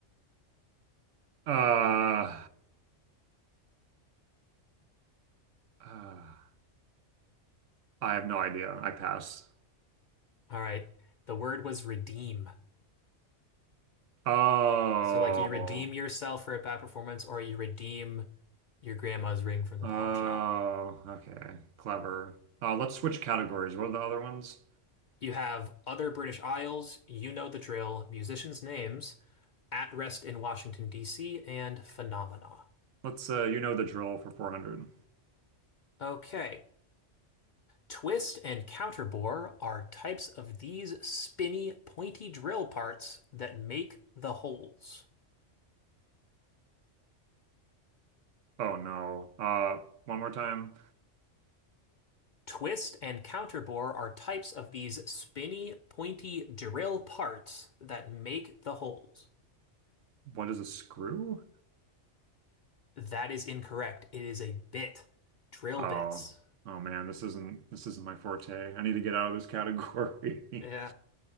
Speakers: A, on the right; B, on the left.
A: Uh, uh I have no idea. I pass.
B: All right. The word was redeem.
A: Oh.
B: So like you redeem yourself for a bad performance or you redeem your grandma's ring from the
A: Oh,
B: pawn shop.
A: okay. Clever. Uh let's switch categories. What are the other ones?
B: You have other British Isles, you know the drill, musicians' names, At Rest in Washington, D.C., and Phenomena.
A: Let's uh you know the drill for 400.
B: Okay. Twist and counterbore are types of these spinny, pointy drill parts that make the holes.
A: Oh no. Uh one more time.
B: Twist and counterbore are types of these spinny, pointy drill parts that make the holes.
A: What is a screw?
B: That is incorrect. It is a bit. Drill
A: Oh,
B: bits.
A: oh man, this isn't this isn't my forte. I need to get out of this category. <laughs>
B: Yeah.